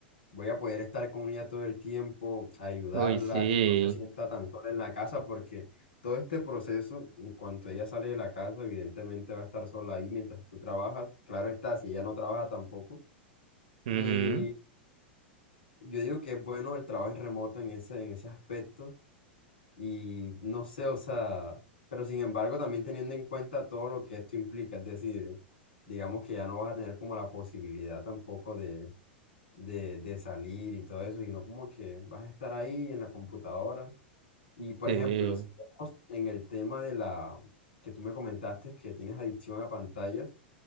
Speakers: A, on the left; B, on the right.
A: voy a poder estar con ella todo el tiempo, ayudarla,
B: Uy, sí.
A: que no se sienta tan sola en la casa, porque todo este proceso, en cuanto ella sale de la casa, evidentemente va a estar sola ahí mientras tú trabajas. Claro está, si ella no trabaja tampoco.
B: Ujú.
A: Y yo digo que es bueno el trabajo en remoto en ese, en ese aspecto. Y no sé, o sea, pero sin embargo también teniendo en cuenta todo lo que esto implica, es decir, digamos que ya no vas a tener como la posibilidad tampoco de, de, de salir y todo eso, sino como que vas a estar ahí en la computadora. Y por
B: Sí.
A: ejemplo, si vemos en el tema de la que tú me comentaste que tienes adicción a pantallas,